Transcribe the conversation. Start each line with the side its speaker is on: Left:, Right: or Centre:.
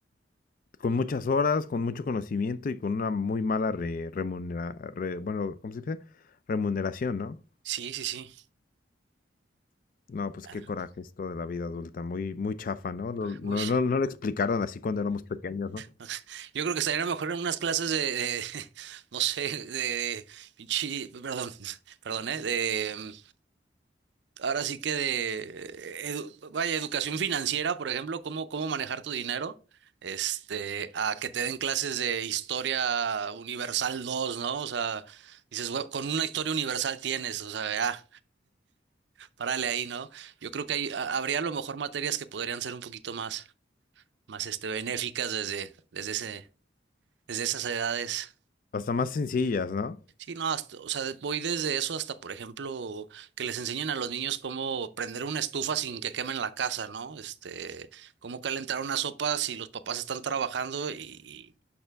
Left: con muchas horas, con mucho conocimiento y con una muy mala re- remunera, re- bueno, ¿cómo se dice? Remuneración, ¿no?
Right: Sí, sí, sí.
Left: No, pues
Right: Ah,
Left: qué coraje esto de la vida adulta, muy, muy chafa, ¿no? No, no,
Right: uy,
Left: no, no lo explicaron así cuando éramos pequeños, ¿no?
Right: no sé. Yo creo que estaría mejor en unas clases de, de, <laughs> no sé, de, pinche- perdón, <laughs> perdón, ¿eh? De, mm, ahora sí que de, edu- vaya, educación financiera, por ejemplo, cómo, cómo manejar tu dinero, este, a que te den clases de historia universal dos ¿no? O sea, dices, "Güey, con una historia universal tienes, o sea, ah, párale ahí, ¿no? Yo creo que hay, ha- habría a lo mejor materias que podrían ser un poquito más. más este, benéficas desde, desde ese, desde esas edades.
Left: Hasta más sencillas, ¿no?
Right: Sí, no, hasta- o sea, voy desde eso hasta, por ejemplo, que les enseñen a los niños cómo prender una estufa sin que quemen la casa, ¿no? Este, cómo calentar una sopa si los papás están trabajando y,